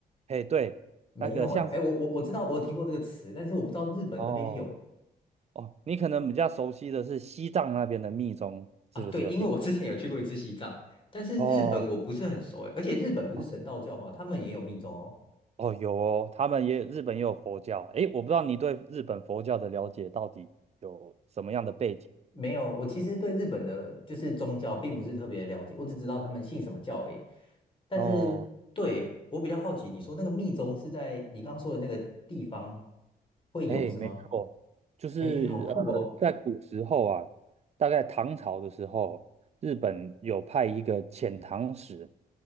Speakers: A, on the right (about 40°); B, on the left (about 30°).
A: 嘿，对，
B: 没有哎，
A: 那个像是
B: 哎，我我我知道我有听过这个词，但是我不知道日本那边有
A: 哦哦，你可能比较熟悉的是西藏那边的密宗，是不是有听过？
B: 啊，对，因为我之前有去过一次西藏，但是日本我不是很熟哎，
A: 哦
B: 而且日本不是神道教嘛，
A: 哦
B: 他们也有密宗哦。
A: 哦有哦，他们也日本也有佛教。诶，我不知道你对日本佛教的了解到底有什么样的背景？
B: 没有，我其实对日本的就是宗教并不是特别了解，
A: 对
B: 我只知道他们信什么教而已。但是对，
A: 哦，
B: 我比较好奇，你说那个密宗是在你刚刚说的那个地方会有是吗？
A: 诶，没错，就是呃，
B: 诶，好酷哦，
A: 在古时候啊，大概唐朝的时候，日本有派一个遣唐使